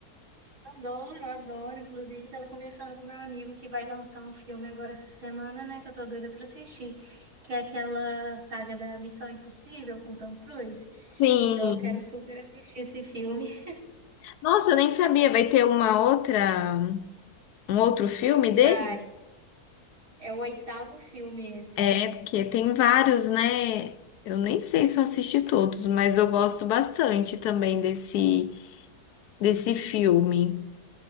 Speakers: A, on the right; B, on the left.
A: Adoro, adoro. Inclusive, estava conversando com meu amigo que vai lançar um filme agora essa semana, né, que eu tô doida para assistir, que é aquela saga da Missão Impossível com Tom Cruise.
B: Sim.
A: Então, eu quero super assistir esse filme.
B: Nossa, eu nem sabia. Vai ter uma outra, um outro filme dele?
A: Vai. É o oitavo filme esse,
B: É,
A: né?
B: porque tem vários, né? Eu nem sei se eu assisti todos, mas eu gosto bastante também desse, desse filme.